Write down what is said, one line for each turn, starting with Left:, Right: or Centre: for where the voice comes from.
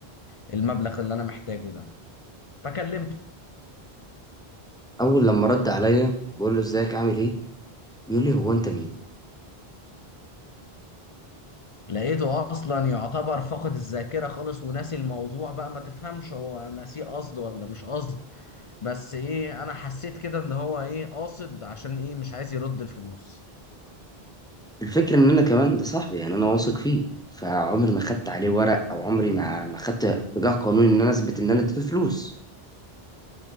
Left: بالمبلغ اللي انا محتاجه ده فكلمته
Centre: اول لما رد عليا بقول له ازيك عامل ايه بيقول لي هو انت مين
Left: لقيته اصلا يعتبر فقد الذاكره خالص وناسي الموضوع بقى ما تفهمش هو ناسيه قصد ولا مش قصد بس ايه انا حسيت كده ان هو ايه قاصد عشان ايه مش عايز يرد الفلوس
Centre: الفكره ان انا كمان ده صاحبي يعني انا واثق فيه فعمري ما خدت عليه ورق او عمري ما ما خدت اتجاه قانوني ان انا اثبت ان انا اديته فلوس